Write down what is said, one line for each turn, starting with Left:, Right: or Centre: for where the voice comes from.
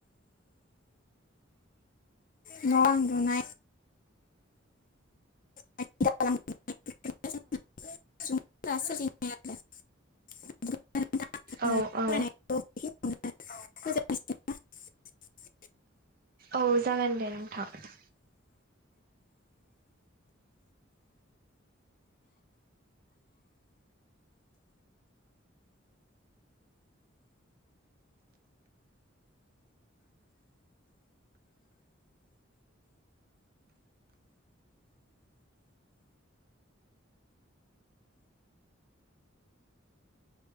Left: न' बां लुनाय <inaudible> <inaudible> फरायनायखौ
Right: औ औ
Left: <inaudible>
Right: औ जागोन दे नोंथां